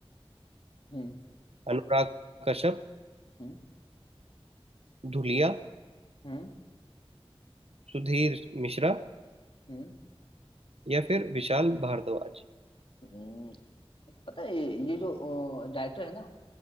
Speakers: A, on the left; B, on the right.
A: हम्म
B: अनुराग कश्यप
A: हम्म
B: धुलिया
A: हम्म
B: सुधीर मिश्रा
A: हम्म
B: या फिर विशाल भारद्वाज
A: हम्म, पता है ये ये जो डायरेक्टर है ना